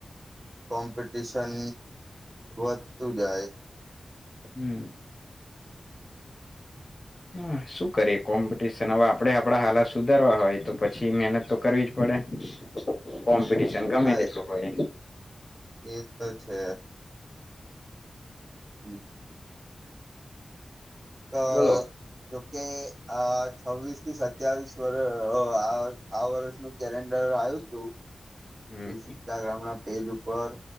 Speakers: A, on the right (about 50°); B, on the left (about 30°).
A: કોમ્પિટિશન વધતું જાય.
B: હમ્મ. હમ્મ, શું કરીએ કોમ્પિટિશન હવે આપડે આપડા હાલાત સુધારવા હોય તો પછી મહેનત તો કરવી જ પડે. કોમ પિટિશન ગમે
A: હા
B: તેટલું હોય. <inaudible>
A: એ તો છે. હમ્મ. તો
B: બોલો
A: જોકે આ છવ્વીસ થી સત્યાવીસ વરહ તો આ આ વર્ષનું કેલેન્ડર આયું તું.
B: હમ
A: ઇન્સ્ટાગ્રામ ના ફપેજ ઉપર